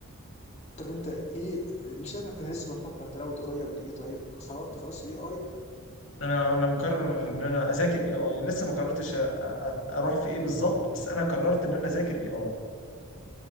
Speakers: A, on the left (about 30°); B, on the left (about 60°).
A: طب انت ايه مش احنا كنا لسه بنفكر انت ناوي تغير لايه طيب خربت خلاص الاي اي
B: انا انا مقرر ان انا اذاكر اي اي لسه ما قررتش أ- أ- اروح في ايه بالظبط بس انا قررت ان انا اذاكر اي اي